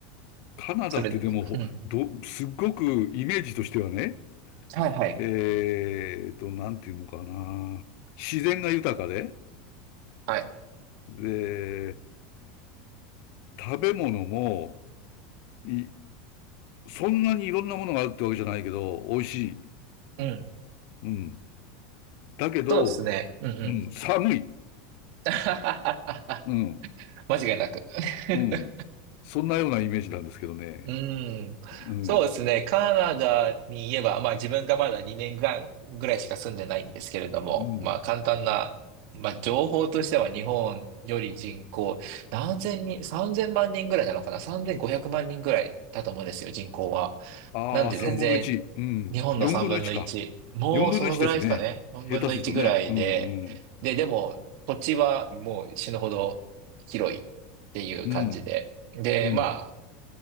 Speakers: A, on the left (about 65°); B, on the right (about 65°).
A: カナダってでも、
B: それ、うん。
A: ど、すっごくイメージとしてはね、
B: はいはい。
A: えーと、なんていうのかな。自然が豊かで、
B: はい。
A: で、食べ物も、い、そんなにいろんなものがあるってわけじゃないけど、美味しい。
B: うん。
A: うん。だけど、
B: そうですね。うんうん。
A: うん、寒い。
B: <laughs>
A: うん、
B: 間違いなく <laughs>
A: うん。そんなようなイメージなんですけどね。
B: うん。
A: うん、
B: そうですね。カナダに言えば、まあ自分がまだ2年間ぐらいしか住んでないんですけれども、
A: うん。
B: まあ簡単な、まあ情報としては日本より人口、何千人、3000万人ぐらいなのかな ?3500 万人ぐらいだと思うんですよ、人口は。
A: ああ、
B: なんで全然
A: 三分の一。うん。
B: 日本の3分の1。
A: 四分の一か。
B: もうそのぐらいですかね。
A: 四分の一ですね。
B: 4分の1ぐらいで。
A: 下手するとね。うん、うん。
B: で、でも土地はもう死ぬほど広いっていう感じで。
A: うん、
B: で、
A: うん、
B: まあ、